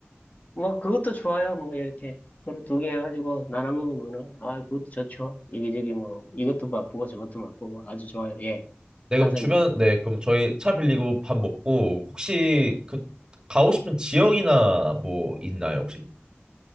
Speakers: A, on the left (about 40°); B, on the right (about 20°).
A: 뭐 그것도 좋아요. 뭐 이렇게 그런 두 개 해가지고 나눠 먹으면은 아 그것도 좋죠. 여기저기 뭐 이것도 맛보고 저것도 맛보고 아주 좋아요. 예,
B: 네,
A: 찬성입니다.
B: 그럼 주변, 네, 그럼 저희 차 빌리고 밥 먹고, 혹시 그, 가고 싶은 지역이나 뭐 있나요, 혹시?